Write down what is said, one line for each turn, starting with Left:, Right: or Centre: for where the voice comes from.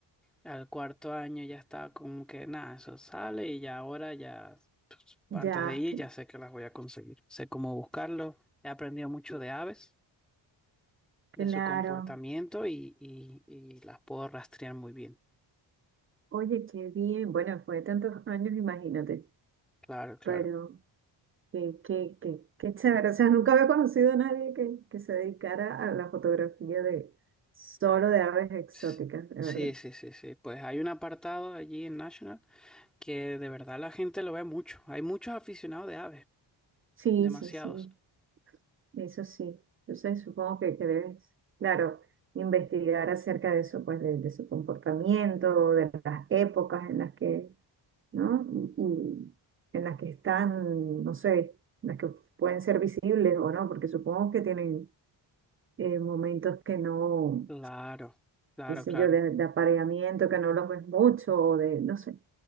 Centre: Al cuarto año ya estaba como que nada, eso sale y ya ahora ya, pues,
Right: Ya,
Centre: antes de ir
Right: cl-
Centre: ya sé que las voy a conseguir. Sé cómo buscarlo. He aprendido mucho de aves,
Right: claro.
Centre: de su comportamiento y, y, y las puedo rastrear muy bien.
Right: Oye, qué bien. Bueno, fue de tantos años, imagínate.
Centre: Claro, claro.
Right: Pero qué, qué, qué, qué chévere. O sea, nunca había conocido a nadie que, que se dedicara a la fotografía de solo de aves exóticas,
Centre: S-
Right: de
Centre: Sí,
Right: verdad.
Centre: sí, sí, sí. Pues hay un apartado allí en National que de verdad la gente lo ve mucho. Hay muchos aficionados de aves,
Right: Sí,
Centre: demasiados.
Right: sí, sí. Eso sí, entonces supongo que, que debes, claro, investigar acerca de eso, pues de, de su comportamiento, de las épocas en las que, ¿no? Y, y en las que están, no sé, en las que pueden ser visibles o no, porque supongo que tienen eh, momentos que no,
Centre: Claro, claro,
Right: qué sé
Centre: claro.
Right: yo, de, de apareamiento, que no los ves mucho, o de, no sé,